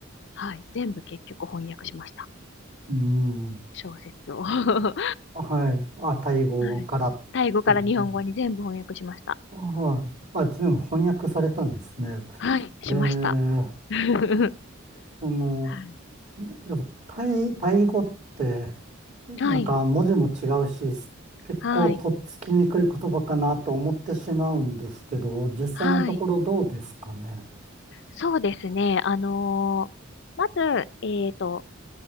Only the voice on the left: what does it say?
はい、全部結局翻訳しました。
小説を。<laughs> は
い。タイ語から日本語に全部翻訳しました。
はい、しました。
<laughs> は
い
はい、
はい、
はい。そうですね。あのーまず、えっと、